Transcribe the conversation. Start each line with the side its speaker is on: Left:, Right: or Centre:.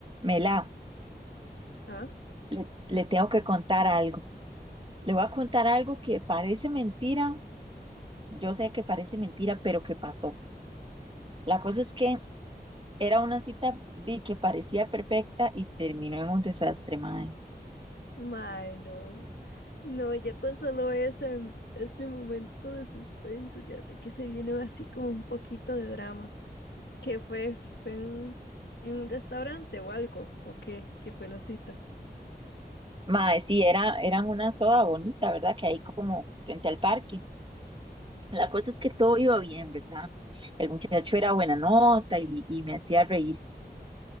Right: Mela,
Left: Ah,
Right: le, le tengo que contar algo. Le voy a contar algo que parece mentira. Yo sé que parece mentira, pero que pasó. La cosa es que era una cita di, que parecía perfecta y terminó en un desastre, mae.
Left: mae, no. No, ya con solo ese, ese momento de suspenso, ya sé que se viene así como un poquito de drama. ¿Qué fue? ¿Fue en, en un restaurante o algo? ¿O qué? ¿Qué fue la cita?
Right: Mae, sí, era, eran una soda bonita, ¿verdad? Que hay como frente al parque. La cosa es que todo iba bien, ¿verdad? El muchacho era buena nota y, y me hacía reír.